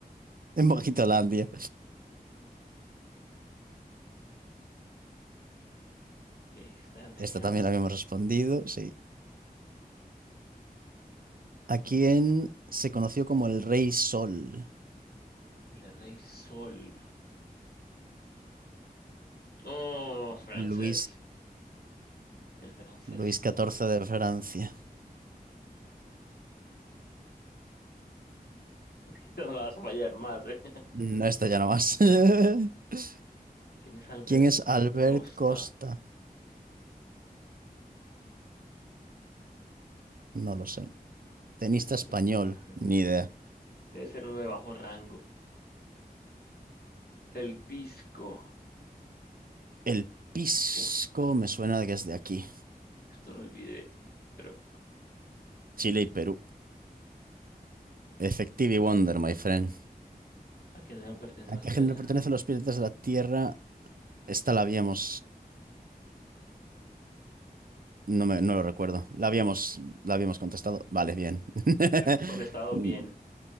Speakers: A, on the right (about 65°); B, on the left (about 80°).
A: En Mojitolandia.
B: ¿Qué esta la teníamos.
A: Esta también la habíamos respondido, sí. ¿A quién se conoció como el Rey Sol?
B: El Rey Sol. Oh, francés.
A: Luis,
B: El francés.
A: Luis XIV de Francia.
B: <laughs> Esta no la vas a fallar más, ¿eh?
A: No, esta ya no más. <laughs>
B: <laughs> ¿Quién es Albert
A: ¿Quién es Albert
B: Costa?
A: Costa? No lo sé. Tenista español,
B: Oh,
A: ni idea.
B: debe ser uno de bajo rango. El Pisco.
A: El Pisco
B: Uf,
A: me suena de que es de aquí.
B: esto lo olvidé. Pero
A: Chile y Perú. Effective y Wonder, my friend.
B: a quién no pertenece la
A: ¿A
B: hospedada.
A: qué género pertenecen los piratas de la Tierra? Esta la habíamos... No, me, no lo recuerdo. La habíamos, la habíamos contestado. Vale, bien. <laughs>
B: Habíamos contestado bien.